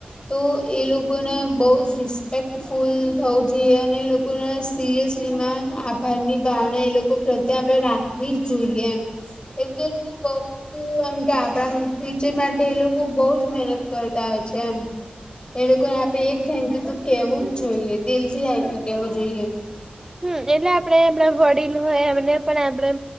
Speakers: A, on the left (about 30°); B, on the right (about 15°).
A: તો એ લોકો લોકોને બહુ જ રિસ્પેક્ટફુલ થવું જોઈએ અને લોકોને સિરિયસલી માં ાર ની ભાવના એ લોકો પ્રત્યે આપણે રાખવી જ જોઈએ એમ. એમ કે એ લોકો બઉત એમ ગાબડા ફ્યીચર માટે એ લોકો મહેનત કરતા છે એમ. એ લોકોને આપે એક થેન્ક યુ તો કેવું જ જોઈએ દિલ થી થકયુ કેવું જોઈએ.
B: હમ એટલે આપે આપણા વડીલ હોય એમને પણ આપણેે